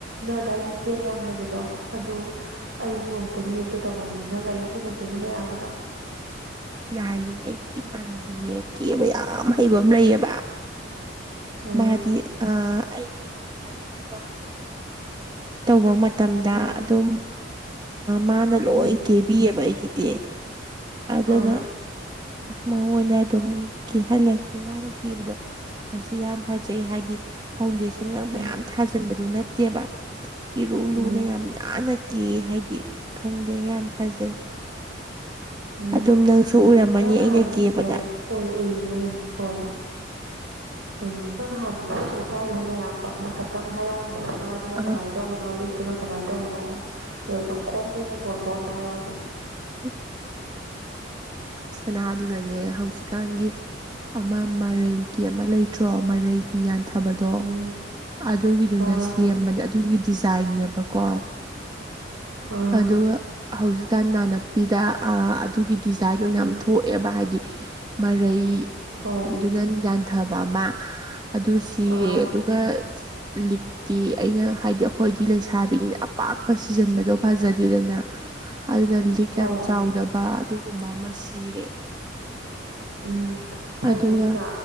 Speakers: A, on the right (about 85°); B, on the right (about 25°).
A: ꯅꯣꯏꯗꯥꯏꯒꯤ ꯀꯦꯕ ꯌꯥꯝ ꯍꯩꯕꯗꯣ ꯑꯗꯨ ꯑꯩꯁꯨ ꯑꯝꯇ ꯅꯦꯛꯀꯦ ꯇꯧꯕꯅꯦ ꯅꯪ ꯑꯩꯒ ꯄꯨꯟꯅ ꯀꯦꯃꯤꯟꯅ ꯌꯥꯒꯗ꯭ꯔꯣ
B: ꯌꯥꯏꯌꯦ ꯑꯩꯒꯤ ꯏꯃꯥꯟꯅꯕꯤꯅꯦ ꯀꯦꯕ ꯌꯥꯝ ꯍꯩꯕ ꯑꯃ ꯂꯩꯑꯕ
A: ꯑꯥ
B: ꯃꯥꯗꯤ ꯑ ꯑꯩꯒꯤ ꯍꯥꯏꯗꯤ ꯊꯕꯛ ꯇꯧꯕ ꯃꯇꯝꯗ
A: ꯎꯝ
B: ꯑꯗꯨꯝ ꯃꯥꯅ ꯂꯣꯏ
A: ꯎꯝ
B: ꯀꯦꯕꯤꯑꯕ ꯑꯩꯒꯤꯗꯤ ꯑꯗꯨꯅ
A: ꯑꯥ
B: ꯃꯉꯣꯟꯗ ꯑꯗꯨꯝ ꯀꯦꯍꯜꯂꯁꯦ ꯃꯥꯅ ꯀꯦꯕꯗꯣ ꯐꯁꯨ ꯌꯥꯝ ꯐꯖꯩ ꯍꯥꯏꯗꯤ ꯐꯥꯎꯟꯗꯦꯁꯟꯒ
A: ꯎꯝ
B: ꯃꯌꯥꯝ ꯊꯥꯖꯤꯟꯕꯗꯨ ꯅꯠꯇꯦꯕ ꯏꯔꯨ
A: ꯎꯝ
B: ꯂꯨꯅ ꯌꯥꯝ ꯅꯥꯟꯅ ꯀ ꯍꯥꯏꯗꯤ ꯈꯪꯗꯦ ꯌꯥꯝ ꯐꯖꯩ
A: ꯎꯝ
B: ꯑꯗꯨꯝ ꯅꯪꯁꯨ ꯎꯔꯝꯃꯅꯤ
A: ꯅꯪꯍꯥꯟ
B: ꯑꯩꯅ ꯀꯦꯕꯗ
A: ꯍꯣꯏ ꯎꯏ ꯎꯏ ꯎꯏ ꯍꯣꯏ ꯍꯨꯏ ꯅꯪ ꯅꯍꯥꯟ ꯁꯦꯠꯂꯤ ꯆꯥꯔꯤꯕ ꯃꯌꯥꯝꯗꯣ ꯍꯥꯏꯇꯪ ꯍꯥꯏꯔꯛꯎꯅꯦ ꯁꯅꯥꯗꯨꯅ
B: ꯑ
A: ꯀꯃꯥꯏꯅꯧ ꯇꯧꯕꯅꯣ ꯂꯤꯛꯇꯨꯅ ꯀꯃꯥꯏꯅ ꯇꯧꯕꯅꯣ ꯂꯣꯏꯕ ꯈꯣꯡꯗꯩꯅ ꯇꯣꯟꯕ ꯑꯃ ꯊ ꯍꯥꯏꯔꯛꯏ
B: ꯎ ꯁꯅꯥꯗꯨꯗꯅꯦ ꯍꯧꯖꯤꯛꯀꯥꯟꯒꯤ ꯑꯃ ꯃꯔꯩꯒꯤ ꯑꯃ ꯂꯩꯇ꯭ꯔꯣ ꯃꯔꯩ ꯌꯥꯟꯊꯕꯗꯣ
A: ꯎꯝ
B: ꯑꯗꯨꯒꯤꯗꯨꯅ
A: ꯑꯥ
B: ꯁꯦꯝꯕꯅꯦ ꯑꯗꯨꯒꯤ ꯗꯤꯖꯥꯏꯟꯅꯦꯕꯀꯣ
A: ꯑꯥ
B: ꯑꯗꯨꯒ ꯍꯧꯖꯤꯛꯀꯥꯟ ꯅꯥꯟꯅꯄꯤꯗ ꯑꯗꯨꯒꯤ ꯗꯤꯖꯥꯏꯟ ꯑꯣꯏꯅ
A: ꯎꯝ
B: ꯌꯥꯝ ꯊꯣꯛꯑꯦꯕ ꯍꯥꯏꯗꯤ ꯃꯔꯩꯗꯨꯅ
A: ꯍꯣꯏ
B: ꯌꯥꯟꯊꯕ ꯑꯃ ꯑꯗꯨ ꯁꯤꯔꯦ
A: ꯑꯥ
B: ꯑꯗꯨꯒ ꯂꯤ ꯀꯤ ꯑꯩꯅ ꯍꯥꯏꯗꯤ ꯑꯩꯈꯣꯏꯗꯤ ꯂꯩꯁꯥꯕꯤꯅꯤꯅ ꯑꯄꯥꯛ ꯄꯄ ꯁꯤꯖꯟꯕꯗꯣ ꯐꯖꯗꯦꯗꯅ ꯑꯗꯨꯅ ꯂꯤꯛ
A: ꯍꯣꯏ
B: ꯌꯥꯝ ꯆꯥꯎꯗꯕ ꯑꯗꯨ ꯒꯨꯝꯕ ꯑꯃ ꯁꯤꯔꯦ
A: ꯎꯝ ꯐꯩ
B: ꯑꯗꯨꯒ
A: ꯑꯗꯨꯅ